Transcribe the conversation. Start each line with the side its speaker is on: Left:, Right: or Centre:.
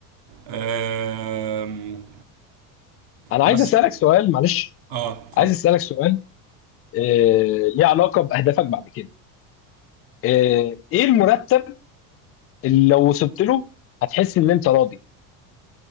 Right: آم،
Left: انا عايز
Right: بس
Left: اسالك سؤال معلش
Right: اه اتفضل
Left: عايز اسالك سؤال آه، ليه علاقه باهدافك بعد كده آه، ايه المرتب اللي لو وصلت له هتحس ان انت راضي